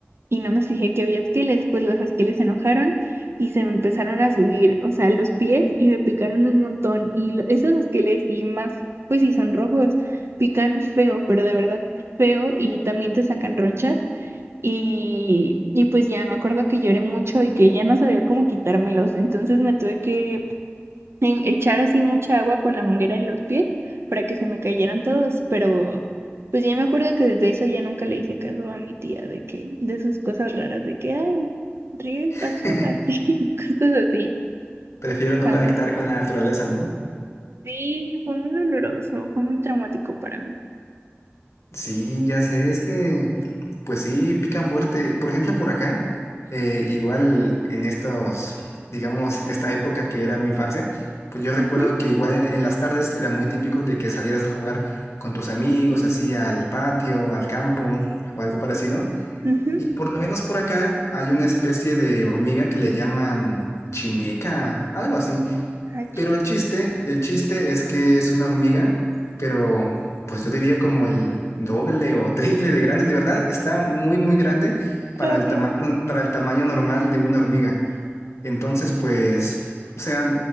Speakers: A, on the right; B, on the left.
A: y no me fijé que había esqueles, pues los esqueles se enojaron y se me empezaron a subir, o sea, los pies y me picaron un montón. Y lo- esos esqueles y más, pues si son rojos, pican feo, pero de verdad feo y también te sacan ronchas. Y, y pues ya me acuerdo que lloré mucho y que ya no sabía cómo quitármelos, entonces me tuve que en echar así mucha agua con la manguera en los pies para que se me cayeran todos, pero pues ya me acuerdo que desde eso ya nunca le hice caso a mi tía de que, de sus cosas raras, de que, ay, riega el
B: <laughs>
A: pasto así, <laughs> cosas así,
B: Prefiero no
A: jamás.
B: conectar con la naturaleza, ¿no?
A: Sí, fue muy doloroso, fue muy traumático para mí.
B: Sí, ya sé, es que Pues sí, pican fuerte. Por ejemplo, por acá, eh, igual en estos, digamos, en esta época que era mi infancia, pues yo recuerdo
A: Ujú,
B: que igual en, en las tardes era muy típico de que salieras a jugar con tus amigos, así al patio, al campo o algo parecido.
A: ujú,
B: Y por lo menos por acá hay una especie de hormiga que le llaman chimeca, algo así,
A: ach,
B: pero el chiste, el chiste es que es una hormiga, pero pues yo diría como el doble o <laughs> triple de grande, de verdad, está muy, muy grande para
A: ah,
B: el
A: qué
B: tamaño,
A: asco.
B: para el tamaño normal de una hormiga. Entonces, pues, o sea,